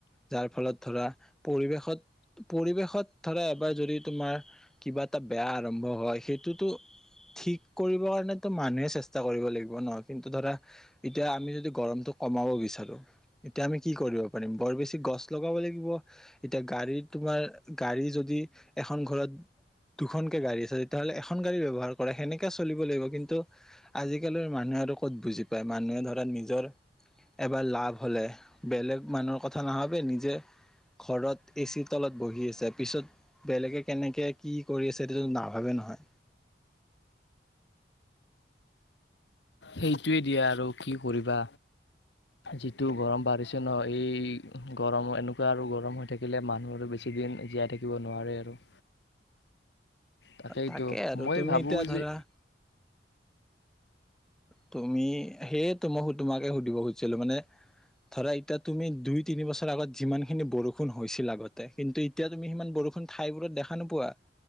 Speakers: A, in the centre; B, on the left.
A: যাৰ ফলত ধৰা পৰিৱেশত পৰিৱেশত ধৰা এবাৰ যদি তোমাৰ কিবা এটা বেয়া আৰম্ভ হয় সেইটোতো ঠিক কৰিব কাৰণো মানুহে চেষ্টা কৰিব লাগিব। ন' কিন্তু ধৰা এতিয়া আমি যদি গৰমটো কমাব বিচাৰো এতিয়া আমি কি কৰিব পাৰিম বৰ বেছি গছ লগাব লাগিব এতিয়া গাড়ী তোমাৰ গাড়ী যদি এখন ঘৰত দুখনকে গাড়ী আছে তেতিয়াহ'লে এখন গাড়ী ব্যৱহাৰ কৰে সেনেকাে চলিব লাগিব কিন্তু আজিকালি মানুহ আৰু ক'ত বুজি পায় মানুহে ধৰা নিজ নিজৰ এবাৰ লাভ হ'লে বেলেগ মানুহৰ কথা নাভাবে নিজে ঘৰত এচিৰ তলত বহি আছে পিছত বেলেগে কেনেকে কি কৰি আছে সেইটো নাভাবে নহয়।
B: সেইটোৱে দিয়া আৰু কি কৰিবা যিটো গৰম বাঢ়িছে ন' এই গৰম এনেকুৱা আৰু গৰম হৈ থাকিলে মানুহ আৰু বেছিদিন জীয়াই থাকিব নোৱাৰে আৰু। তাকেইতো
A: তাকে আৰু
B: মই
A: তুমি
B: ভাবোঁ
A: এতিয়া
B: যে
A: ধৰা তুমি সেইয়েতো মই তোমাকে সুধিব খুজিছিলো মানে ধৰা এতিয়া তুমি দুই তিনি বছৰ আগত যিমান খিনি বৰষুণ হৈছিল আগতে কিন্তু এতিয়া তুমি সিমান বৰষুণ ঠাইবোৰত দেখা নোপোৱা